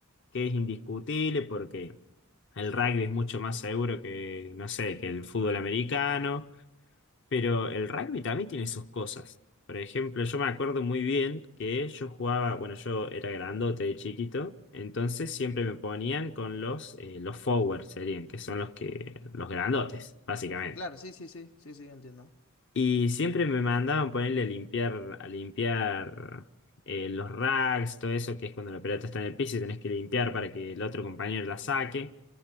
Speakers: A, on the left (about 60°); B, on the left (about 80°).
A: que es indiscutible porque el rugby es mucho más seguro que, no sé, que el fútbol americano, pero el rugby también tiene sus cosas. Por ejemplo, yo me acuerdo muy bien que yo jugaba, bueno, yo era grandote de chiquito, entonces siempre me ponían con los, eh, los forwards serían, que son los que, los grandotes, básicamente.
B: Claro, sí, sí, sí, sí, sí, entiendo.
A: Y siempre me mandaban ponerle a limpiar, a limpiar eh, los racks, todo eso, que es cuando la pelota está en el piso y tenés que limpiar para que el otro compañero la saque.